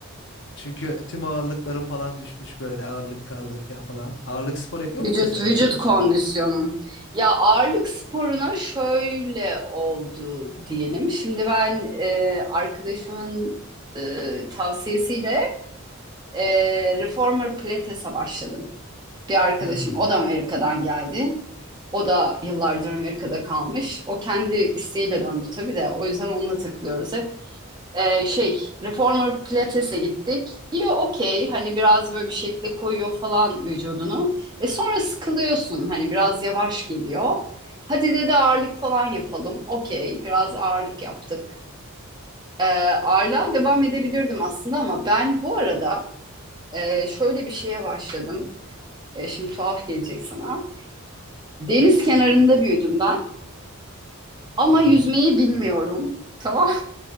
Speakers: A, on the left; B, on the right.
A: Çünkü tüm ağırlıklarım falan düşmüş böyle ağırlık kaldırırken falan. Ağırlık spor yapıyor
B: Vücut
A: musun sen?
B: vücut
A: Gidiyor musun?
B: kondisyonun. Ya ağırlık sporuna şöyle oldu diyelim. Şimdi ben e, arkadaşımın e, tavsiyesiyle e, Reformer Pilates'e başladım. Bir arkadaşım
A: Hmm.
B: o da Amerika'dan geldi. O da yıllardır Amerika'da kalmış. O kendi isteğiyle döndü tabii de. O yüzden onunla takılıyoruz hep. Ee, şey Reformer Pilates'e gittik. İyi okey hani biraz böyle bir şekilde koyuyor falan vücudunu. E sonra sıkılıyorsun hani biraz yavaş geliyor. Hadi dedi ağırlık falan yapalım. Okey biraz ağırlık yaptık. Ee, ağırlığa devam edebilirdim aslında ama ben bu arada e, şöyle bir şeye başladım. E, şimdi tuhaf gelecek sana. Deniz kenarında büyüdüm ben ama
A: Hı hı.
B: yüzmeyi bilmiyorum. Tamam.